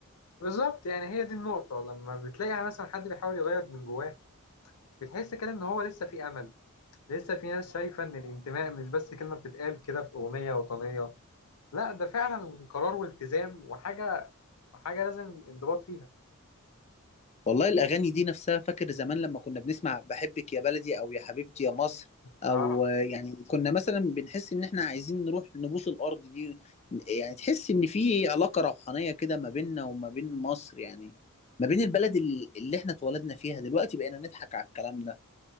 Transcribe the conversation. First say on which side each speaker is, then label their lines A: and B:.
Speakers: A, on the left; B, on the left.
A: بالظبط يعني هي دي النقطة لما بتلاقي يعني مثلا حد بيحاول يغير من جواه بتحس كده إن هو لسه في أمل لسه في ناس شايفة إن الانتماء مش بس كلمة بتتقال كده في أغنية وطنية لا ده فعلا قرار والتزام وحاجة حاجة لازم انضباط فيها
B: والله الأغاني دي نفسها فاكر زمان لما كنا بنسمع بحبك يا بلدي أو يا حبيبتي يا مصر أو
A: آه.
B: آه، يعني كنا مثلا بنحس إن إحنا عايزين نروح نبوس الأرض دي يعني تحس إن في علاقة روحانية كده ما بيننا وما بين مصر يعني ما بين البلد ال- اللي إحنا اتولدنا فيها دلوقتي بقينا نضحك على الكلام ده